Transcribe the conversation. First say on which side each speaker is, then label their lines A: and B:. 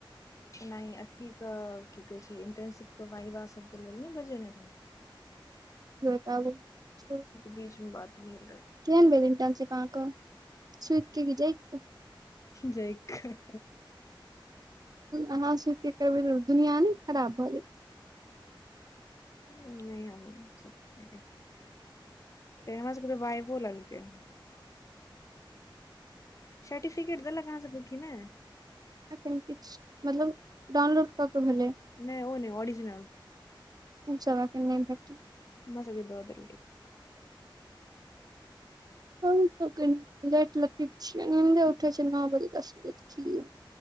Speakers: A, on the left; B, on the right.
A: नहि अथीे क कि कहै छैय इंटर्नशिप के वाइबा सबके लेल ने बजेने रहै
B: <inaudible>
A: बीचमे बात भेल रहै
B: केहन भेल इंटर्नशिप अहाँ के सुइत के कि जैइग क
A: जैइग क
B: अहाँ सोचे करबै त दुनिया ने खराब भऽ जेतै
A: नहि हम सब केनै रहि से हमरा सब के तऽ वाइवा लेलके सर्टिफिकेट देलक अहाँ सबके कि नहि
B: एखन किछु मतलब डाउनलोड कऽ के भेलै
A: नहि ओ नहि ओऑरिजिनल
B: ओ सब एखन नहि भेटि
A: हमरा सब के द दल्लके
B: हम त कनि लेट लतिफ छिय इन्हते उठे छिय नओ बजे दस बजे <inaudible>